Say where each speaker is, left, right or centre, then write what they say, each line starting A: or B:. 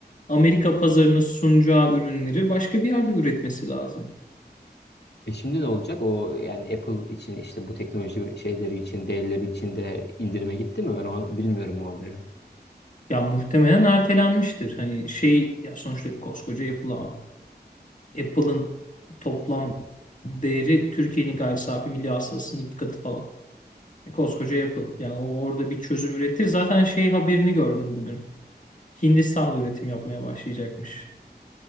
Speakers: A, on the left (about 45°); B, on the left (about 75°).
A: Amerika pazarına sunacağı ürünleri başka bir yerde üretmesi lazım.
B: E şimdi ne olacak? O yani Apple için işte bu teknoloji şeyleri için, devleri için de indirime gitti mi? Ben onu bilmiyorum o haberi.
A: Ya muhtemelen ertelenmiştir. Hani şey ya sonuçta koskoca Apple abi. Apple'ın toplam değeri Türkiye'nin gayri safi milli hasılasının iki katı falan. E, Koskoca Apple. Yani o orada bir çözüm üretir. Zaten şey haberini gördüm bugün. Hindistan'da üretim yapmaya başlayacakmış.